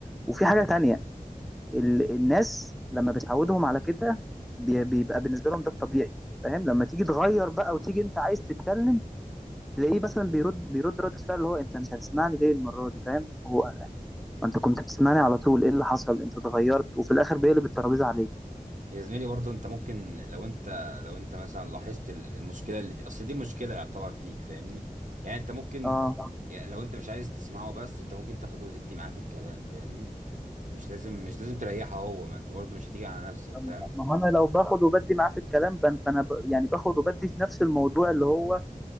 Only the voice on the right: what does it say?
مم.
يا زميلي برضه انت ممكن لو انت لو انت مثلا لاحظت ال- المشكله اللي في اصل دي مشكله يعتبر فيك فاهمني يعني انت ممكن
يعني لو انت مش عايز تسمعه بس انت ممكن تاخده وتدي معاه في الكلام فاهمني مش لازم مش لازم تريحه هو ما انت برضه مش هتيجي على نفسك
فاهم